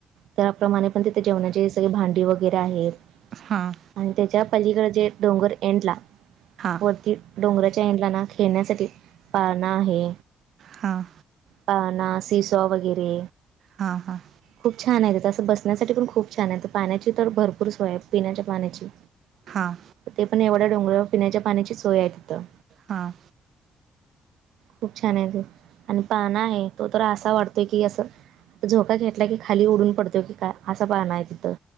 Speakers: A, on the right (about 80°); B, on the right (about 65°).
A: त्याप्रमाणे पण तिथे जेवणाचे सगळे भांडी वगैरे आहे.
B: हां
A: आणि त्याच्या पलीकडं जे डोंगर एंडला
B: हां
A: वरती डोंगराच्या एंडला खेळण्यासाठी पाळणा आहे.
B: हां.
A: पाळणा, सि सो वगैरे.
B: हां हां.
A: खूप छान आहे. तिथं असं बसण्यासाठी पण खूप छान आहे. तर पाण्याची तर भरपूर सोय पिण्याच्या पाण्याची.
B: हां
A: ते पण एवढ्या डोंगरावर पिण्याच्या पाण्याची सोय आहे तिथं.
B: हां.
A: खूप छान आहेेत आणि पाळणा आहे. तो तर असा वाटतोय की असं. झोका घेतला की खाली उडून पडतो की काय. असा पाळणा आहे तिथं.